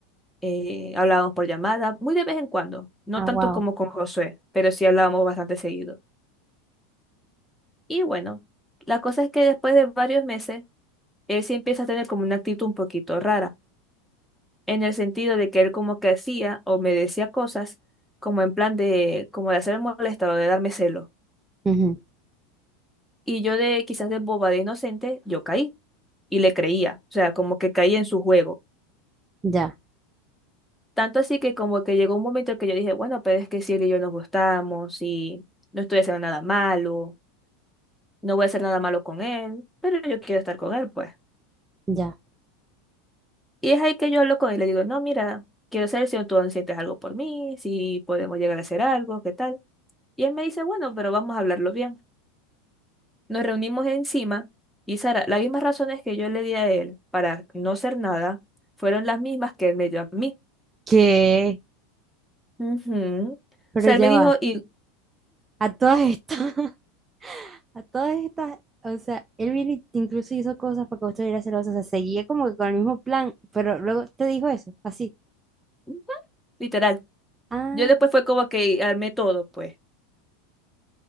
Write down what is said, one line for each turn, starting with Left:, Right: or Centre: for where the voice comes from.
Centre: eh, hablábamos por llamada, muy de vez en cuando, no
Right: Ah,
Centre: tanto
Right: wow.
Centre: como con Josué, pero sí hablábamos bastante seguido. Y bueno, la cosa es que después de varios meses, él sí empieza a tener como una actitud un poquito rara, en el sentido de que él como que hacía o me decía cosas como en plan de, como de hacer molestado, de darme celos
Right: Ujú.
Centre: Y yo de quizás de boba de inocente, yo caí y le creía, o sea, como que caí en su juego.
Right: Ya,
Centre: Tanto así que como que llegó un momento en que yo dije, bueno, pero es que si él y yo nos gustamos y no estoy haciendo nada malo, no voy a hacer nada malo con él, pero yo quiero estar con él, pues.
Right: ya.
Centre: Y es ahí que yo hablo con él y le digo, no, mira, quiero saber si tú aún sientes algo por mí, si podemos llegar a hacer algo, qué tal. Y él me dice, bueno, pero vamos a hablarlo bien. Nos reunimos encima y Sara, las mismas razones que yo le di a él para no hacer nada fueron las mismas que él me dio a mí.
Right: ¿Qué?
Centre: Ujú. O
Right: Pero
Centre: sea,
Right: ya
Centre: él me dijo,
Right: va.
Centre: y
Right: A todas estas, <laughs> a todas estas, o sea, él viene y te incluso hizo cosas para que vos estuvieras celosa. O sea, seguía como que con el mismo plan, pero luego te dijo eso, así.
Centre: ujú, literal,
Right: Ah,
Centre: yo después fue como que armé todo, pues,